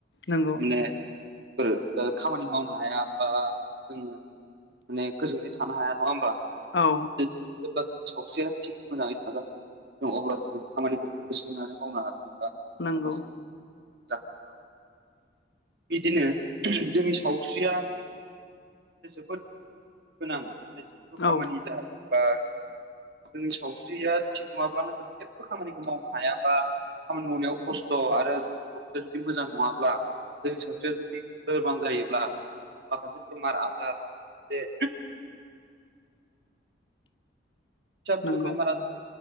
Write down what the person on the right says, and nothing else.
माने फोरो खामानि मावनो हाया बा जोङो माने गोजोनै थानो हाया नङा होमबा?
जेब्ला जों सावस्रिया थिग मोजाङै थागोन जों अब्लासो जों खामानिफोरखौ गोसो होनानै मावनो हागोन बा माखसे
मोजाङै थानो हागोन। बिदिनो जोंनि सावस्रिया जोबोद गोनां माने जिखुनु खामानि
जा बा जोंनि सावस्रिया थिग नङाब्लानो जों जेबो खामानिखौ मावनो हाया बा खामानि मावनायाव खस्थ आरो जों सावस्रिया जुदि मोजां नङाब्ला जोंनि सावस्रिया जुदि लोरबां जायोब्ला माखासे बेमार आजार जे फिसा फिसौ
बेमार आजार